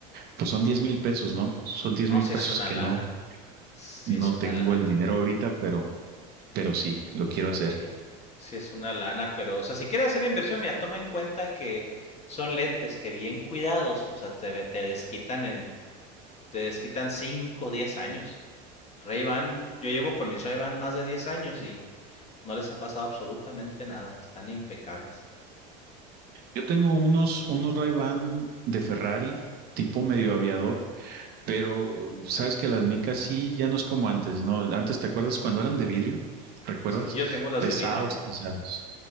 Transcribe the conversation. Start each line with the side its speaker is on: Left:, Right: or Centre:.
Right: pues son diez mil pesos, ¿no? Son diez
Left: No,
Right: mil
Left: si
Right: pesos
Left: es una
Right: que
Left: lana,
Right: no,
Left: si
Right: no
Left: es una
Right: tengo
Left: lana.
Right: el dinero ahorita, pero pero sí, lo quiero hacer.
Left: Sí, sí es una lana, pero, o sea, si quieres hacer inversión, mira, toma en cuenta que son lentes que bien cuidados, o sea, te, ve- te desquitan en, te desquitan 5 o 10 años. Ray-Ban, yo llevo con mis Ray-Ban más de 10 años y no les ha pasado absolutamente nada, están impecables.
Right: Yo tengo unos, unos Ray-Ban de Ferrari, tipo medio aviador, pero eh, sabes que las micas sí ya no es como antes, ¿no? Antes, ¿te acuerdas cuando eran de vidrio? ¿Recuerdas?
Left: Sí, yo tengo las
Right: Pesados,
Left: de vidrio,
Right: pesados.